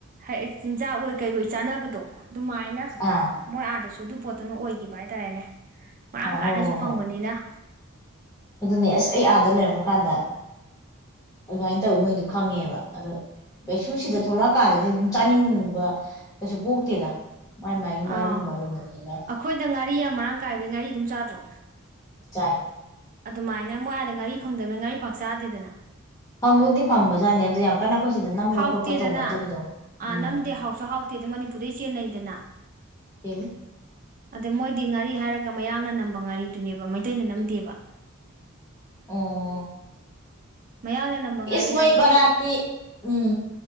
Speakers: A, on the right (about 40°); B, on the left (about 15°).
A: ꯍꯥꯏ ꯆꯤꯟꯖꯥꯛ ꯑꯣꯏ ꯀꯩ ꯑꯣꯏ ꯆꯥꯅꯕꯗꯣ ꯑꯗꯨꯃꯥꯏꯅ
B: ꯑꯥ
A: ꯃꯣꯏ ꯑꯥꯗꯁꯨ ꯑꯗꯨ ꯄꯣꯠꯇꯨꯅ ꯑꯣꯏꯒꯤꯕ ꯍꯥꯏꯇꯥꯔꯦꯅꯦ ꯃꯔꯥꯡ
B: ꯑꯥ
A: ꯀꯥꯏꯅꯁꯨ
B: ꯍꯣꯏ ꯍꯣꯏ
A: ꯐꯪꯕꯅꯤꯅ
B: ꯍꯣꯏ
A: <inaudible>
B: ꯑꯗꯨꯅꯦ ꯑꯁ ꯑꯩ ꯑꯥꯗ ꯂꯩꯔꯛꯕ ꯀꯥꯟꯗ ꯑꯗꯨꯃꯥꯏꯅ ꯇꯧꯋꯤ ꯃꯣꯏꯗꯣ ꯈꯪꯉꯦꯕ ꯑꯗꯣ ꯀꯩꯁꯨꯁꯤꯗ ꯊꯣꯛꯂꯛ ꯀꯥꯟꯗꯗꯤ ꯑꯗꯨꯝ ꯆꯥꯅꯤꯡꯕ ꯀꯩꯁꯨ ꯄꯣꯛꯇꯦꯗ ꯃꯥꯏ ꯃꯥꯒꯤ ꯃꯔꯝ
A: ꯑꯥꯎ
B: ꯂꯝꯗꯝꯗꯨꯅ
A: ꯑꯩꯈꯣꯏꯅ ꯉꯥꯔꯤ ꯌꯝ ꯃꯔꯥꯡ ꯀꯥꯏꯕꯩ ꯉꯥꯔꯤ ꯑꯗꯨꯝ ꯆꯥꯗ꯭ꯔꯣ
B: ꯆꯥꯏ
A: ꯑꯗꯨꯃꯥꯏꯅ ꯃꫭꯏ ꯑꯗꯥ ꯉꯥꯔꯤ ꯐꯪꯗꯕꯅꯤꯅ ꯉꯥꯔꯤ ꯄꯥꯛ ꯆꯥꯗꯦꯗꯅ
B: ꯐꯪꯕꯨꯗꯤ ꯐꯪꯕꯖꯥꯠꯅꯤ ꯑꯗꯨꯗꯥ ꯌꯥꯝ ꯀꯟꯅ ꯑꯩꯈꯣꯏ ꯁꯤꯗ ꯅꯝꯕ
A: ꯍꯥꯎꯇꯦꯗꯅ
B: ꯈꯣꯠꯄ ꯇꯧꯅꯗꯕꯗꯣ
A: ꯑꯥ
B: ꯎꯝ
A: ꯅꯝꯗꯦ ꯍꯥꯎꯁꯨ ꯍꯥꯎꯇꯦ ꯑꯗ ꯃꯅꯤꯄꯨꯔꯗꯩ ꯆꯦꯟꯅꯩꯗꯅ
B: <unintelligible> ꯀꯦꯜꯂꯤ
A: ꯑꯗ ꯃꯣꯏꯗꯤ ꯉꯥꯔꯤ ꯍꯥꯏꯔꯒ ꯃꯌꯥꯡꯅ ꯅꯝꯕ ꯉꯥꯔꯤꯗꯨꯅꯦꯕ ꯃꯩꯇꯩꯅ ꯅꯝꯗꯦꯕ
B: ꯑꯣ
A: ꯃꯌꯥꯡꯅ ꯅꯝꯕ ꯉꯥꯔꯤ
B: ꯏꯁꯃꯣꯏꯕꯔꯛꯀꯤ
A: ꯍꯥꯏꯕꯗꯤ
B: ꯎꯝ